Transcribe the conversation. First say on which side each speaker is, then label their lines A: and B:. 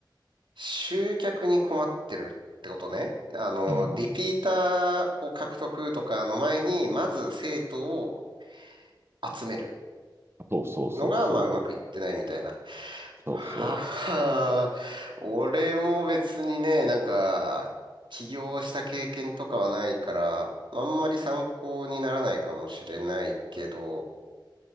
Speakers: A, on the right; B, on the right.
A: 集客に困ってるってことね。あの、
B: うん。
A: リピーターを獲得とかの前に、まず生徒を集める
B: そうそうそうそ
A: のが、まあ、うまくいってないみたいな。
B: う。そうそ
A: はは、俺も別にね、なんか、起業した経験とかはないから、あんまり参考にならないかもしれないけど、